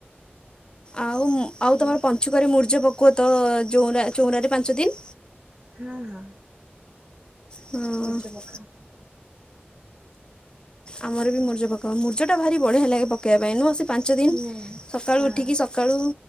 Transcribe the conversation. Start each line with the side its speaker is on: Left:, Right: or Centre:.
Left: ଆଉ ଆଉ ତମର
Right: ଏ
Left: ପଞ୍ଚୁକରେ ମୁର୍ଜ ପକୁଅତ ଯଉଁରା ଚଉଁରାରେ ପାଞ୍ଚ ଦିନ୍।
Right: ହଁ ହଁ।
Left: ହଁ
Right: ମୁର୍ଜ ପକାହବ।
Left: ଆମର ବି ମୁର୍ଜ ପକାଉ। ମୁର୍ଜଟା ଭାରି ବଢ଼ିଆ ଲାଗେ ପକେବା ପାଇଁ ନୁହଁ, ସେ ପାଞ୍ଚ ଦିନ୍।
Right: ହୁଁ ହଁ।
Left: ସକାଳୁ ଉଠିକି ସକ୍ ସକାଳୁ